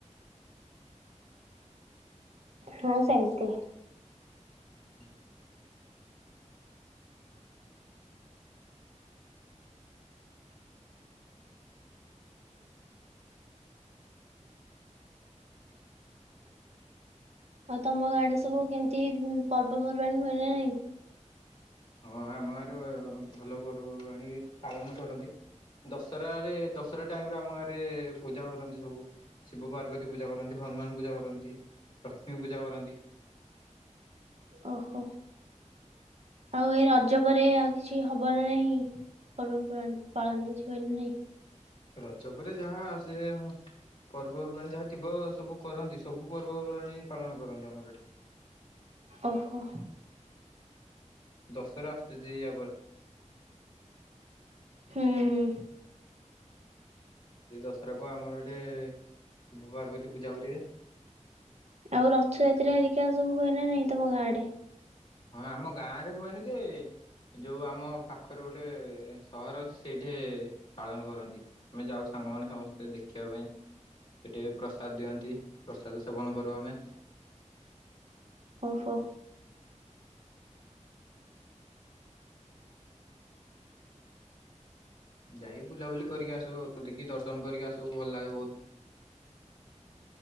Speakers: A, on the right; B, on the left.
A: ହଁ ସେମତି।
B: <inaudible>
A: ହଉ ତମ ଗାଡେ ସବୁ କେମିତି ପର୍ବପର୍ବାଣୀ ହୁଏ ନା ନାହିଁ?
B: ହଁ ଆମ ଗାଁରେ ଭଲ ପର୍ବପର୍ବାଣୀ ପାଳନ କରନ୍ତି। ଦଶହରାରେ ଦଶହରା ଟାଇମରେ ଆମ ଗାଁରେ ପୂଜା କରନ୍ତି ସବୁ। ଶିବ ପାର୍ବତୀ ପୂଜା କରନ୍ତି। ହନୁମାନ ପୂଜା କରନ୍ତି। ଲକ୍ଷ୍ମୀ ପୂଜା କରନ୍ତି।
A: ଓହୋ। ଆଉ ଏ ରଜ ପରେ ଆଉ କିଛି ହବ ନା ନାହିଁ। ପର୍ବପର୍ବାଣୀ ପାଳନ କିଛି ହୁଏ ନା ନାହିଁ।
B: ରଜ ପରେ ଯାହା ଆସେ। ପର୍ବପର୍ବାଣୀ ଯାହା ଥିବ ସବୁ କରନ୍ତି। ସବୁ ପର୍ବପର୍ବାଣୀ ପାଳନ କରନ୍ତି ଆମର ଏଠି।
A: ଓହୋ।
B: ଦଶହରା ଆସୁଛି ଯେ <unintelligible>
A: ହୁଁ ହୁଁ।
B: ସେ ଦଶହରାକୁ ଆମର ଏଠେ, ଶିବ ପାର୍ବତୀ ପୂଜା କରିବେ।
A: ଆଉ ରଥଯାତ୍ରା ହେରିକା ସବୁ ହୁଏ ନା ନାଇଁ ତମ ଗାଁ ଆଡେ।
B: ହଁ ଆମ ଗାଁରେ ହୁଏନି ଯେ ଯୋଉ ଆମ ପାଖରେ ଗୋଟେ ସହର ଅଛି, ସେଇଠି ପାଳନ କରନ୍ତି। ଆମେ ଯାଉ ସାଙ୍ଗମାନେ ସମସ୍ତେ ଦେଖିବା ପାଇଁ। ସେଠି ପ୍ରସାଦ ଦିଅନ୍ତି। ପ୍ରସାଦ ସେବନ କରୁ ଆମେ
A: ଓହୋ।
B: ଯାଇ ବୁଲାବୁଲି କରିକି ଆସୁ ଆଉ। ଦେଖି ଦର୍ଶନ କରିକି ଆସୁ ଭଲ ଲାଗେ ବହୁତ।